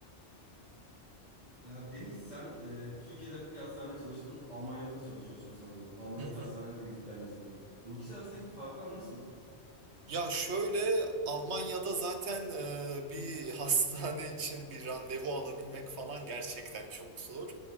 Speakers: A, on the right (about 35°); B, on the right (about 70°).
A: Ya Deniz sen e, Türkiye'deki hastanede çalıştın, Almanya'da da çalışıyorsun sanırım. Almanya'daki
B: Hı hı.
A: hastanelere de gidip gelmişsindir. Bu ikisi arasındaki farklar nasıl?
B: Ya şöyle Almanya'da zaten e, bir <laughs> hastane için bir randevu alabilmek falan gerçekten çok zor.